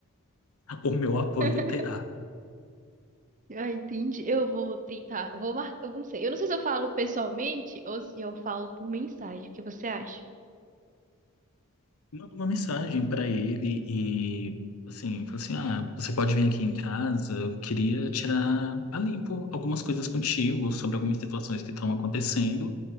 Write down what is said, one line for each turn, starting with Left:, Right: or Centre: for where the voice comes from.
Left: <laughs> o meu apoio
Right: <laughs>
Left: terá.
Right: Ah, entendi. Eu vou tentar. Vou marcar. Eu não sei. Eu não sei se eu falo pessoalmente ou se eu falo por mensagem. O que você acha?
Left: manda uma mensagem para ele e assim, fala assim, ah, você pode vir aqui em casa, eu queria tirar a limpo algumas coisas contigo sobre algumas situações que estão acontecendo